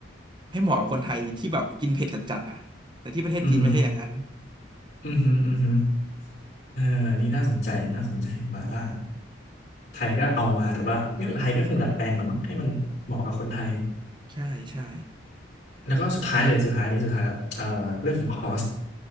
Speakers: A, on the right (about 25°); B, on the left (about 55°).
A: ให้เหมาะกับคนไทยที่แบบกินเผ็ดจัดๆอ่ะแต่ที่ประเทศจีนไม่ใช่อย่างนั้น
B: อือหือ อือหืออือหือเอออันนี่น่าสนใจน่าสนใจหมาล่า
A: อืม
B: ไทยก็เอามา แต่ว่าเนี่ยไทยก็คงดัดแปลงแหละมั้งให้มันเหมาะกับคนไทย
A: ใช่ใช่
B: แล้วก็สุดท้ายเลยสุดท้ายอันนี้สุดท้ายแล้วเอ่อเรื่องของคอส